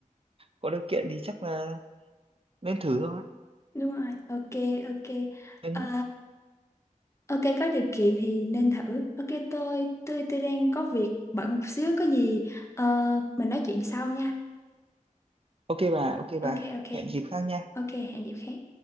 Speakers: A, on the right (about 45°); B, on the left (about 20°).
A: có điều kiện thì chắc là nên thử thôi
B: đúng rồi ok ok
A: nhưng
B: Ờ, ok có điều kiện thì nên thử ok tôi tôi tôi đang có việc bận một xíu có gì ờ, mình nói chuyện sau nha
A: ok bà ok bà
B: ok ok
A: hẹn dịp khác nha
B: ok hẹn dịp khác